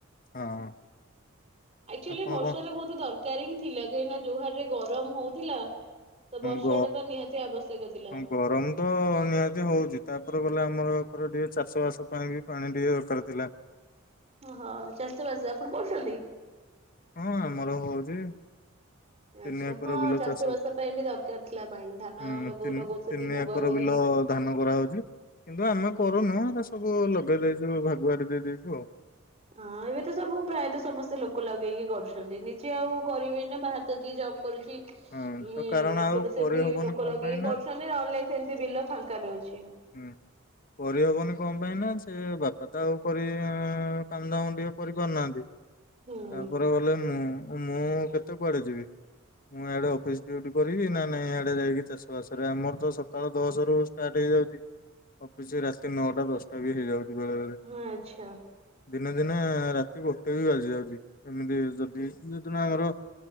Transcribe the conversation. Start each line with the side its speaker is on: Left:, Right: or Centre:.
Left: ହଁ।
Right: ଆକ୍ଚୁଆଲି
Left: ଆପଣ
Right: ବର୍ଷା
Left: କଣ
Right: ତ ବହୁତ ଦରକାର ହିଁ ଥିଲା କାହିଁକିନା ଯୋଉ ହାରରେ ଗରମ ହଉଥିଲା। ତ ବର୍ଷ
Left: ଗ
Right: ଟା ତ ନିହାତି ଆବଶ୍ୟକ ଥିଲା।
Left: ଗରମ ତ ନିହାତି ହଉଛି ତାପରେ ଗଲେ ଆମର ଏକଡ ଟିକେ ଚାଷ ବାସ ପାଇଁ ବି ପାଣି ଟିକେ ଦରକାର ଥିଲା।
Right: ଓହୋ ଚାଷବାସ ଆପଣ କରୁଛନ୍ତି?
Left: ହଁ ଆମର ହଉଛି। ତିନି
Right: ଆଚ୍ଛା
Left: ଏକର
Right: ହଁ
Left: ବିଲ
Right: ଚାଷ
Left: ଚାଷଁ
Right: ବାସ ପାଇଁ ବି ଦରକାର ଥିଲା ପାଣି ଧାନ
Left: ହୁଁ
Right: ଲଗଉ
Left: ତିନି
Right: ଲଗଉଛନ୍ତି
Left: ତିନି
Right: ମୁଗ
Left: ଏକର
Right: ବିରି
Left: ବିଲ ଧାନ କରାହଉଛି କିନ୍ତୁ ଆମେ
Right: ଉଁ
Left: କରୁନୁଁ
Right: ହୁଁ
Left: ଏ ସବୁ ଲଗେଇ ଦେଇଛୁ ଭାଗୁଆରି ଦେଇ ଦେଇଛୁ ଆଉ।
Right: ହଁ ଏବେ ତ ସବୁ ପ୍ରାୟତଃ ସମସ୍ତେ ଲୋକ ଲଗେଇକି କରୁଛନ୍ତି, ନିଜେ ଆଉ କରିବେ ନା ବାହାରେ ତ ଯିଏ ଜବ୍ କରୁଛି। ଉ
Left: ହଁ ତ କାରଣ ଆଉ
Right: ସିଏ ତ ସେମିତି
Left: କରିହବନି
Right: ଲୋକ
Left: କଣ
Right: ଲଗେଇକି
Left: ପାଇଁ ନା
Right: କରୁଛନ୍ତି ନହେଲେ ନାଇ ସେମତି ବିଲ ଫାଙ୍କା ରହୁଛି।
Left: ହୁଁ କରିହବନି କଣ ପାଇଁ ନା ସେ ବାପା ତ ଆଉ କରି କାମଧାମ ଟିକେ କରିପାରୁନାହାନ୍ତି।
Right: ହୁଁ।
Left: ତାପରେ ଗଲେ ମୁଁ ମୁଁ କେତେ କୁଆଡେ ଯିବି? ମୁଁ ଇଆଡେ ଅଫିସ ଡ୍ୟୁଟି କରିବି ନା ନାଇଁ ହିଆଡେ ଯାଇକି ଚାଷ ବାସରେ ଆମର ତ ସକାଳ ଦଶ ରୁ ଷ୍ଟାର୍ଟ ହେଇଯାଉଛି। ଅଫିସ ରାତି ନଅଟା ଦଶଟା ବି ହେଇଯାଉଛି ବେଳେ ବେଳେ।
Right: ହଁ ଆଚ୍ଛା
Left: ଦିନେ ଦିନେ ରାତି ଗୋଟେ ବି ବାଜି ଯାଉଛି ଏମିତି ଯଦି ଯୋଉଦିନ ଆମର